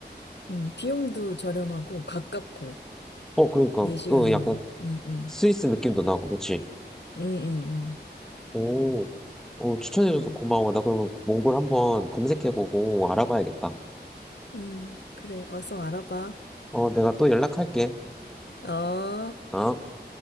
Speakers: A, on the left; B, in the centre.
A: 음, 비용도 저렴하고, 가깝고,
B: 어, 그러니까,
A: 4시간이면.
B: 또 약간
A: 음, 음.
B: 스위스 느낌도 나고, 그치?
A: 응, 응, 응. 응.
B: 오, 어, 추천해줘서
A: 음.
B: 고마워. 나 그럼 몽골 한번 검색해보고 알아봐야겠다.
A: 음, 그래, 어서 알아봐.
B: 어, 내가 또 연락할게.
A: 어.
B: 어?